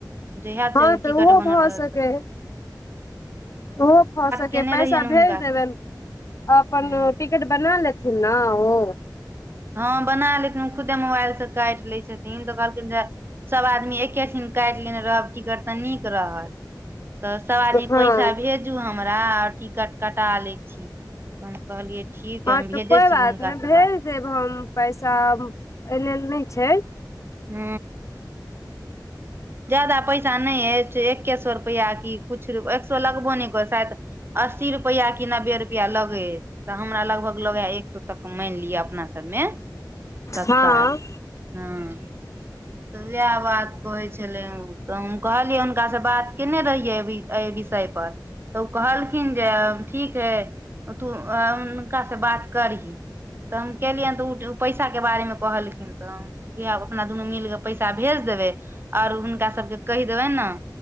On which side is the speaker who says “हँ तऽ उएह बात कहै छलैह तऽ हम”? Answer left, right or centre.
Right